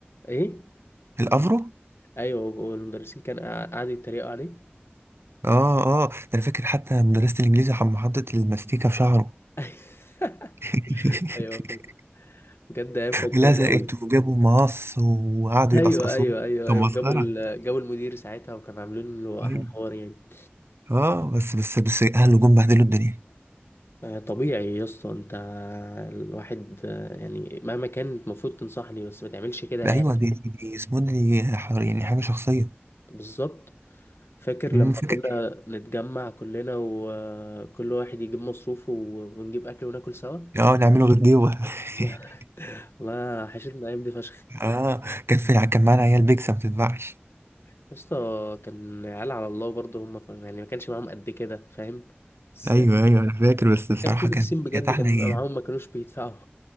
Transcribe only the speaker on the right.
الافرو
اه اه ده انا فاكر حتى مدرسة الانجليزي حم حطت الماستيكة في شعره
<laughs>
لزقت
وجابوا مقص وقعدوا
يقصقصوه
كان
مسخرة
ايوه
اه بس بس بس اهله جم بهدلوا الدنيا
ده ايوه دي دي دي اسمه دي حر- يعني حاجة شخصية
أمم،
فاكر
اه نعمله غديوة
<laughs>
اه كان في الع- كان معانا عيال بيكسب ما بتتباعش
ايوه ايوه انا فاكر بس بصراحه
كانت
<laughs> كانت احلى
ايام